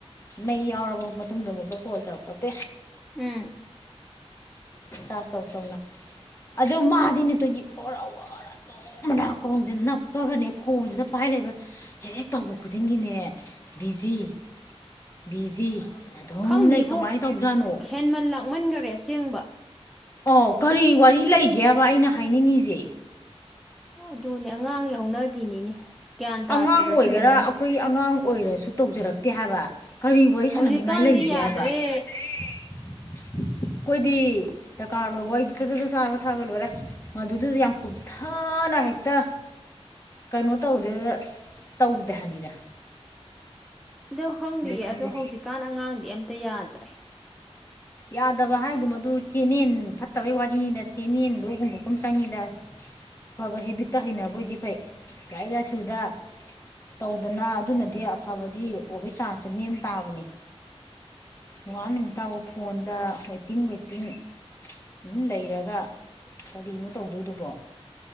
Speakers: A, on the left; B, in the centre.
A: ꯃꯩ ꯌꯥꯎꯔꯕ ꯃꯇꯨꯡꯗ ꯕꯨꯛꯇ ꯀꯣꯜ ꯇꯧꯔꯛꯄꯣꯠꯇꯦ
B: ꯎꯝ
A: ꯎꯝ ꯆꯥꯔꯁ ꯇꯧ ꯇꯧꯅ ꯑꯗꯣ ꯃꯥꯗꯤꯅꯦ ꯇ꯭ꯋꯦꯟꯇꯤ ꯐꯣꯔ ꯑꯋꯥꯔ ꯑ ꯗꯨꯝ ꯃꯅꯥꯀꯣꯡꯁꯦ ꯅꯞꯄꯒꯅꯦ ꯐꯣꯡꯁꯤꯗ ꯄꯥꯏ ꯂꯩꯕ꯭ꯔ ꯍꯦꯛ ꯇꯧꯕ ꯈꯨꯗꯤꯡꯒꯤꯅꯦ ꯕꯤꯖꯤ ꯕꯤꯖꯤ ꯑꯗꯨꯝ
B: ꯈꯪꯗꯦꯕꯣ
A: ꯂꯩ ꯀꯃꯥꯏꯅ ꯇꯧꯖꯥꯠꯅꯣ
B: ꯍꯦꯟꯃꯟ ꯂꯥꯛꯃꯟꯈꯔꯦ ꯑꯁꯦꯡꯕ
A: ꯑꯣ ꯀꯔꯤ ꯋꯥꯔꯤ ꯂꯩꯒꯦꯕ ꯑꯩꯅ ꯍꯥꯏꯅꯤꯡꯉꯤꯁꯦ
B: ꯑꯣ ꯑꯗꯨꯅꯦ ꯑꯉꯥꯡꯒꯤ ꯍꯧꯅꯕꯤꯅꯤꯅꯦ ꯒ꯭ꯌꯥꯟ
A: ꯑꯉꯥꯡ
B: ꯇꯥꯗ꯭ꯔꯤꯕ
A: ꯑꯣꯏꯒꯦꯔꯥ
B: ꯑꯗꯨꯅꯅꯤꯅ
A: ꯑꯩꯈꯣꯏ ꯑꯉꯥꯡ ꯑꯣꯏꯔꯁꯨ ꯇꯧꯖꯔꯛꯇꯦ ꯍꯥꯏꯕ ꯀꯔꯤ ꯋꯥꯔꯤ ꯁꯥꯟꯅꯅꯤꯡꯉꯥꯏ
B: ꯍꯧꯖꯤꯛꯀꯥꯟꯗꯤ
A: ꯂꯩꯒꯦ
B: ꯌꯥꯗ꯭ꯔꯦ
A: ꯍꯥꯏꯕ ꯑꯩꯈꯣꯏꯗꯤ ꯗꯀꯥꯔ ꯑꯣꯏꯕ ꯋꯥꯔꯤ <unintelligible> ꯁꯥꯕ ꯁꯥꯕ ꯂꯣꯏꯔꯦ ꯃꯗꯨꯗꯨꯗ ꯌꯥꯝ ꯀꯨꯞꯊꯅ ꯍꯦꯛꯇ ꯀꯩꯅꯣ ꯇꯧꯗꯅ ꯇꯧꯗꯦ ꯍꯥꯏꯕꯅꯤꯅ
B: ꯑꯗꯣ ꯈꯪꯗꯤꯌꯦ
A: ꯈꯪꯗꯦ
B: ꯑꯗꯣ ꯍꯧꯖꯤꯛꯀꯥꯟ ꯑꯉꯥꯡꯗꯤ ꯑꯝꯇ ꯌꯥꯗ꯭ꯔꯦ
A: ꯌꯥꯗꯕ ꯍꯥꯏꯗꯣ ꯃꯗꯨ ꯆꯦꯅꯦꯟ ꯐꯠꯇꯕꯩ ꯋꯥꯔꯤꯅꯗ ꯆꯦꯅꯦꯟꯗꯣ ꯍꯣꯡꯗꯣꯛꯄꯥꯝ ꯆꯪꯉꯤꯗ ꯑꯐꯕ ꯍꯦꯕꯤꯠꯇ ꯍꯩꯅꯕ ꯑꯣꯏꯗꯤ ꯐꯩ ꯂꯥꯏꯔꯤꯛ ꯂꯥꯏꯁꯨꯗ ꯇꯧꯗꯅ ꯑꯗꯨꯅꯗꯤ ꯑꯐꯕꯗꯤ ꯑꯣꯏꯕꯒꯤ ꯆꯥꯟꯁ ꯅꯦꯝ ꯇꯥꯕꯅꯤ ꯅꯣꯉꯥꯡꯕꯗꯩ ꯅꯨꯃꯤꯠ ꯇꯕꯧ ꯐꯣꯟꯗ ꯋꯦꯇꯤꯡ ꯋꯦꯇꯤꯡ ꯑꯗꯨꯝ ꯂꯩꯔꯒ ꯀꯔꯤꯅꯣ ꯇꯧꯗꯣꯏꯗꯨꯕꯣ?